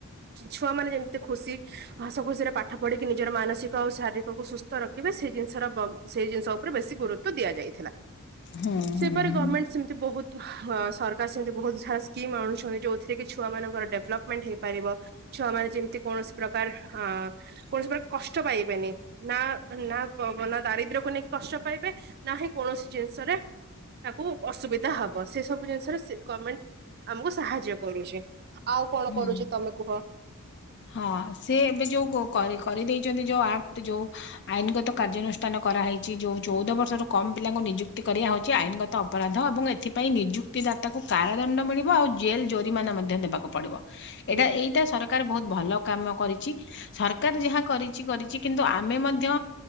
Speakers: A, on the right; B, on the left.
A: ଛୁଆମାନନେ ଯେମିତି ଖୁସି ହସ ଖୁସିରେ ପାଠ ପଢିକି ନିଜର ମାନସିକ ଆଉ ଶା ଶାରୀକକୁ ସୁସ୍ଥ ରଖିବେ ସେ ଜିନିଷର ବ ସେ ଜିନିଷ ଉପରେ ବ ଗୁରୁତ୍ବ ଦିଆଯାଇଥିଲା।
B: ହୁଁ।
A: ସେପରି
B: ହୁଁ।
A: ଗମେଣ୍ଟ ସେମିତି ବହୁତ ହଁ ସରକାର ସେମିତି ବହୁତ ସାରା ସ୍କିମ୍ ଆଣୁଛନ୍ତି ଯୋଉଥିରେ କି ଛୁଆ ମାନଙ୍କର ଡେଭଲପମେଣ୍ଟ ହେଇପାରିବ। ଛୁଆମାନେ ଯେମତି କୌଣସି ପ୍ରକାର ଅ କୌଣସି ପ୍ରକାର କଷ୍ଟ ପାଇବେନି ନା ନା ନା ଦାରିଦ୍ର୍ୟ କୁ ନେଇକି କଷ୍ଟ ପାଇବେ ନାହିଁ କୌଣସି ଜିନିଷରେ ତାକୁ ଅସୁବିଧା ହବ ସେ ସବୁ ଜିନିଷରେ ସେ ଗମେଣ୍ଟ ଆମକୁ ସାହାଯ୍ୟ କରୁଛି। ଆଉ କଣ
B: ହୁଁ।
A: କରୁଛି ତମେ କୁହ?
B: ହଁ ସଏ ଏବେ ଯୋଉ କ-କରିଦେଇ <unintelligible> ଯୋଉ ଆକ୍ଟ ଯୋଉ ଆଇନଗତ କାର୍ଯ୍ୟାନୁଷ୍ଠାନ କରାହେଇଛି ଯୋଉ ଚଉଦ ବର୍ଷରୁ କମ ପିଲାଙ୍କୁ ନିଯୁକ୍ତି କରିବା ହେଉଛି ଆଇନଗତ ଅପରାଧ ଏବଂ ଏଥିପାଇଁ ନିଯୁକ୍ତି ଦାତାକୁ କାରଦଣ୍ଡ ମିଳିବ ଆଉ ଜେଲ୍ ଜୋରିମାନ ମ ମଧ୍ୟ ଦେବାକୁ ପଡିବ ଏଇଟା
A: ହୁଁ
B: ଏଇଟା ସରକାର ବହୁତ ଭଲ କାମ କରିଛି ସରକାର ଯାହା କରିଛି କରିଛି କିନ୍ତୁ ଆମେ ମଧ୍ୟ